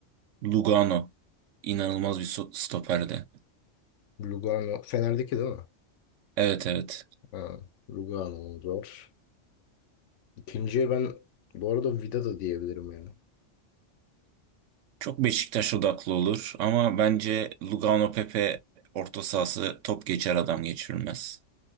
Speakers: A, on the right (about 85°); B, on the left (about 80°).
A: Lugano. İnanılmaz bir so- stoperdi.
B: Lugano. Fener'deki değil mi?
A: Evet evet.
B: Ha, Lugano'muz var. İkinciye ben bu arada Vida da diyebilirim yani.
A: Çok Beşiktaş odaklı olur ama bence Lugano Pepe orta sahası top geçer adam geçirilmez.